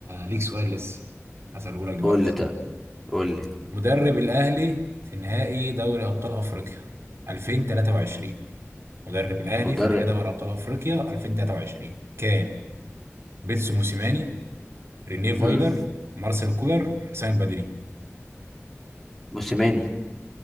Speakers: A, on the right (about 65°); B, in the centre.
A: ليك سؤال لسه هسأله لك دلوقتي
B: قول لي طيب قول لي
A: مدرب الاهلي في نهائي دوري ابطال افريقيا 2023 مدرب الاهلي
B: مدرب
A: في نهائي دوري ابطال افريقيا 2023 كان بيتسو موسيماني رينيه فايلر
B: امم
A: مارسيل كولر حسام بدري
B: موسيماني